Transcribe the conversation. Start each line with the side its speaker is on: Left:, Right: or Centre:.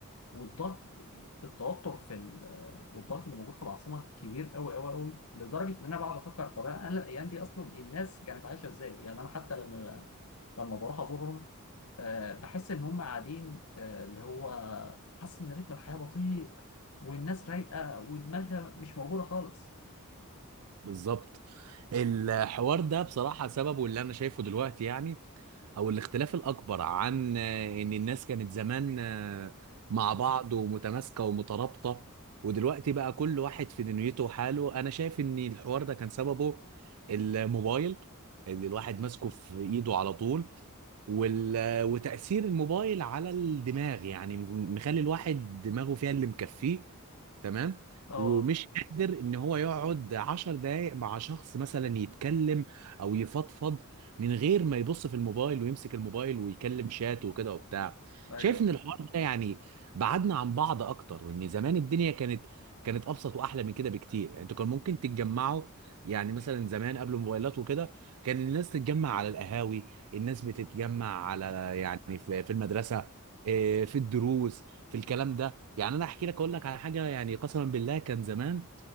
Left: والضغط التوتر في ال- والضغط اللي موجود في العاصمه كبير قوي قوي قوي لدرجه ان انا بقعد افكر طب انا أنا الايام دي اصلا الناس كانت عايشه ازاي يعني انا حتى لما لما بروح ازورهم آه، بحس ان هم قاعدين آه، اللي هو حاسس ان رتم الحياه بطيء والناس رايقه ودماغها مش موجوده خالص
Right: بالظبط الحوار ده بصراحة سببه اللي أنا شايفه دلوقتي يعني أو الاختلاف الأكبر عن آه، إن الناس كانت زمان آه، مع بعض ومتماسكة ومترابطة ودلوقتي بقى كل واحد في دنيته وحاله أنا شايف إن الحوار ده كان سببه الموبايل إن الواحد ماسكه في إيده على طول وال... وتأثير الموبايل على الدماغ يعني مخلي الواحد دماغه فيها اللي مكفيه تمام
Left: اه
Right: ومش قادر ان هو يقعد عشر دقايق مع شخص مثلا يتكلم او يفضفض من غير ما يبص في الموبايل ويمسك الموبايل ويكلم شات وكده وبتاع
Left: ايوه
Right: شايف ان الحوار ده يعني بعدنا عن بعض اكتر وان زمان الدنيا كانت كانت ابسط واحلى من كده بكتير يعني انتوا كان ممكن تتجمعوا يعني مثلا زمان قبل الموبايلات وكده كان الناس تتجمع على القهاوي الناس بتتجمع على يعني في في المدرسه إيه، في الدروس في الكلام ده يعني انا احكي لك اقول لك على حاجه يعني قسما بالله كان زمان